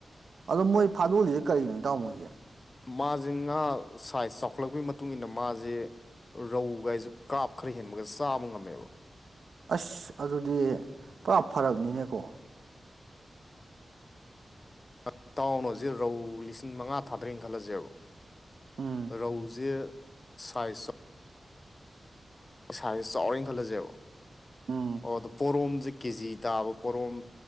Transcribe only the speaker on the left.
ꯃꯥꯖꯦ ꯉꯥ ꯁꯥꯏꯖ ꯆꯥꯎꯈꯠꯂꯛꯄꯒꯤ ꯃꯇꯨꯡ ꯃꯇꯨꯡꯏꯟꯅ ꯃꯥꯖꯦ ꯔꯧꯒꯥꯏꯖꯨ ꯀꯥꯞ ꯈꯔ ꯍꯦꯟꯕꯒ ꯆꯥꯕ ꯉꯝꯃꯦꯕ
ꯑꯠ ꯇꯥꯎꯅ ꯍꯧꯖꯤꯛ ꯔꯧ ꯂꯤꯁꯤꯡ ꯃꯉꯥ ꯊꯥꯗꯔꯦꯟ ꯈꯜꯂꯖꯦꯕ
ꯔꯧꯖꯦ ꯁꯥꯏꯁ ꯆꯥ__ ꯁꯥꯥꯏꯖ ꯆꯥꯎꯔꯦꯟ ꯈꯜꯂꯖꯦꯕ
ꯑꯣ ꯑꯗꯣ ꯄꯣꯔꯣꯝꯖꯦ ꯀꯦꯖꯤ ꯇꯥꯕ ꯄꯣꯔꯣꯝ